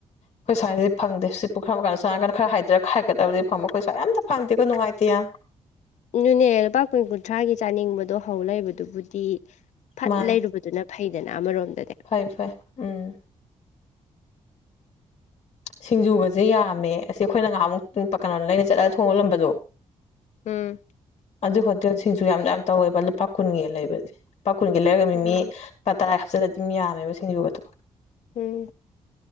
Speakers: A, on the left; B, on the left.
A: ꯑꯩꯈꯣꯏ ꯁ꯭ꯏꯁꯤ ꯐꯪꯗꯦ ꯁꯤ ꯄꯨꯈꯔꯀꯥꯟ ꯁꯃꯥꯏꯔꯀꯥꯟ ꯈꯔ ꯍꯥꯏꯗꯔ ꯈ ꯍꯥꯏꯒꯠꯂꯗꯤ ꯐꯕ ꯑꯩꯈ ꯁ꯭ꯋꯥꯏ ꯑꯝ ꯐꯪꯗꯦꯀꯣ ꯅꯨꯡꯉꯥꯏꯇꯦ ꯌꯥꯝ
B: ꯑꯗꯨꯅꯦ ꯂꯨꯄꯥ ꯀꯨꯟ ꯀꯨꯟꯊ꯭ꯔꯥꯒꯤ ꯆꯥꯅꯤꯡꯕꯗꯣ ꯍꯧ ꯂꯩꯕꯗꯨꯕꯨꯗꯤ꯫ ꯐꯠ
A: ꯃꯥꯅꯦ
B: ꯂꯩꯔꯨꯕꯗꯨꯅ ꯐꯩꯗꯅ ꯑꯃꯔꯣꯝꯗꯗꯤ
A: ꯐꯩ ꯐꯩ ꯎꯝ ꯁꯤꯡꯖꯨꯒꯁꯦ ꯌꯥꯝꯃꯦ ꯑꯁꯤ ꯑꯩꯈꯣꯏꯅ ꯉꯥꯏꯍꯥꯛꯃꯨꯛ ꯀꯩꯅꯣ ꯂꯩꯅ ꯆꯠꯂꯒ ꯊꯣꯡꯍꯣꯜꯂꯝꯕꯗꯣ
B: ꯎꯝ
A: ꯑꯗꯨ ꯍꯣꯇꯦꯜ ꯁꯤꯡꯁꯨ ꯌꯥꯝ ꯌꯥꯝ ꯇꯧꯋꯦꯕ ꯂꯨꯄꯥ ꯀꯨꯟꯒꯤ ꯂꯩꯕꯁꯦ ꯂꯨꯄꯥ ꯀꯨꯟꯒꯤ ꯂꯩꯔꯒ ꯃꯤ
B: ꯎꯝ
A: ꯃꯤ ꯂꯨꯄꯥ ꯇꯔꯥ ꯍꯥꯞꯆꯤꯜꯂ ꯑꯗꯨꯝ ꯌꯥꯝꯃꯦꯕ ꯁꯤꯡꯖꯨ ꯑ ꯑꯗꯨꯣ
B: ꯎꯝ